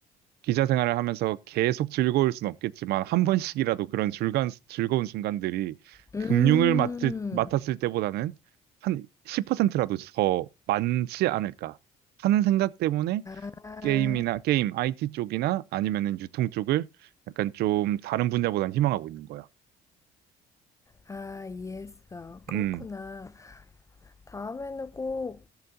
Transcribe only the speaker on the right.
기자 생활을 하면서 계속 즐거울 순 없겠지만 한 번씩이라도 그런 즐간, 즐거운 순간들이
금융을 맡을, 맡았을 때보다는 한 10%라도 더 많지 않을까 하는 생각 때문에
게임이나 게임, IT 쪽이나 아니면은 유통 쪽을 약간 좀 다른 분야보다는 희망하고 있는 거야.
음,